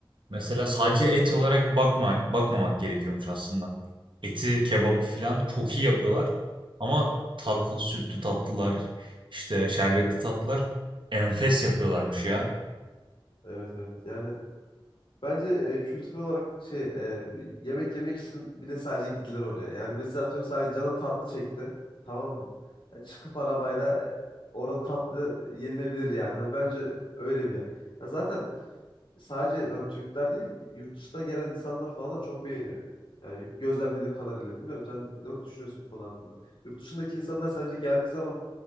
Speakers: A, on the right (about 65°); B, on the left (about 70°).
A: Mesela sadece et olarak bakma bakmamak gerekiyormuş aslında. Eti, kebabı falan çok iyi yapıyorlar. Ama tatlı,
B: Evet,
A: sütlü tatlılar, işte şerbetli tatlılar enfes yapıyorlarmış ya.
B: evet, evet. Yani Bence e, kültür olarak şey e, yemek yemek için bile sadece gidilir oraya. Yani mesela atıyorum sadece canın tatlı çekti. Tamam mı? Ya çıkıp arabayla e, orada tatlı yenilebilir yani. Hani bence öyle bir yer. Ya zaten sadece hani Türkler değil yurt dışından gelen insanlar falan da çok beğeniyor. Yani gözlemlediğim kadarıyla bilmiyorum sen ne düşünüyorsun bu konu hakkında? Yurt dışındaki insanlar sence geldiği zaman